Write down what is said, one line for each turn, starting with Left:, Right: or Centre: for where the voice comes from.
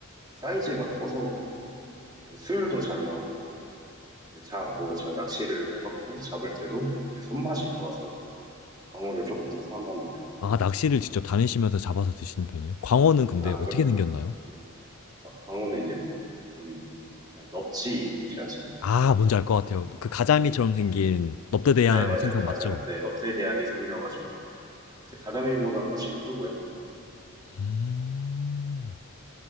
Right: 사이즈가 커서 이제 수율도 잘 나오고 이제 자, 뭐 제가 낚시를 해봤고 잡을 때도 이제 손맛이 좋아서 광어를 조금 더 선호하는 편이죠.
Left: 아, 낚시를 직접 다니시면서 잡아서 드시는 편이에요? 광어는 근데
Right: 아, 그럼
Left: 어떻게 생겼나요?
Right: 네. 아, 광어는 이제 좀 그냥 넙치 혹시 아시나요?
Left: 아, 뭔지 알 것 같아요.
Right: 음,
Left: 그 가자미처럼
Right: 네,
Left: 생긴
Right: 되게-
Left: 넙대대한
Right: 네 맞아요
Left: 생선
Right: 가장
Left: 맞죠?
Right: 네 넙대대하게 생겨가지고 이제 가자미보다는 훨씬 크고요. 음,
Left: 음.